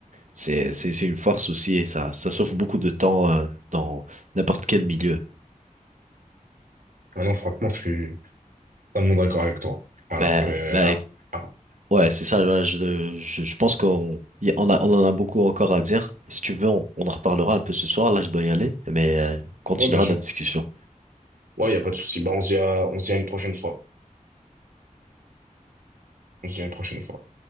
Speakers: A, on the right; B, on the right.
A: c'est c'est c'est une force aussi, et ça ça sauve beaucoup de temps euh, dans n'importe quel milieu.
B: Maintenant, franchement, je suis, Totalement d'accord avec toi. Alors,
A: Ben,
B: euh,
A: ben,
B: ap- ap-
A: Ouais, c'est ça. ouais, je, je, je pense qu'on y on a, on en a beaucoup encore à dire. Si tu veux, on, on en reparlera un peu ce soir. Là, je dois y aller, mais euh, on continuera
B: ouais, bien sûr.
A: notre discussion.
B: Ouais, il n'y a pas de souci. Bah, on se dit à, on se dit à une prochaine fois. On se dit à une prochaine fois.